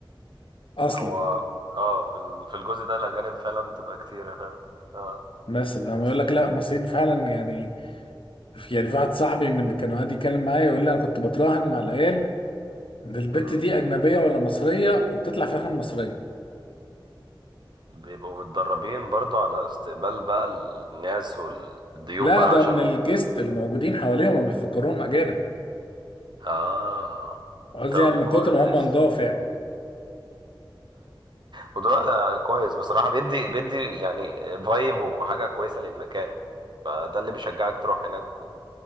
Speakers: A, on the left; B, on the right.
A: اصلي
B: فهو اه في ال- في الجزء ده الأجانب فعلا بتبقى كتيرة فعلا اه
A: بس لما
B: بس
A: يقول لك لا مصريين فعلا يعني في يعني في واحد صاحبي من اللي كانوا قاعد يتكلم معايا يقول لي انا كنت بتراهن مع العيال ان البت
B: مم.
A: دي اجنبيه ولا مصريه وبتطلع في الاخر مصريه
B: بيبقوا متدربين برضو على استقبال بقى الناس والضيوف
A: لا
B: بقى
A: ده
B: عشان
A: من الجست اللي موجودين حواليهم ما بيفكروهم اجانب
B: اه
A: قصدي
B: طب
A: يعني من
B: كويس
A: كتر ما هم نضاف يعني
B: خضار ده كويس بصراحة بيدي بيدي يعني فايب وحاجة كويسة للمكان فده اللي بيشجعك تروح هناك و...